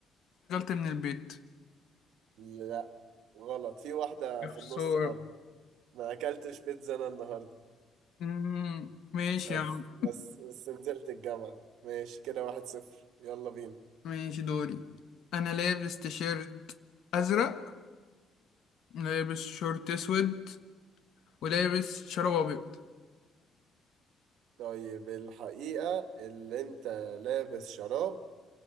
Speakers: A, on the left; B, on the right.
A: من البيت
B: ايوه غلط في واحدة
A: يا
B: في
A: خسارة
B: النص غلط ما أكلتش بيتزا أنا النهاردة
A: امم ماشي
B: بس
A: يا عم
B: بس بس نزلت الجامعة ماشي كده واحد صفر يلا بينا
A: ماشي دوري انا لابس تيشيرت ازرق لابس شورت اسود ولابس شراب ابيض
B: طيب الحقيقة اللي أنت لابس شراب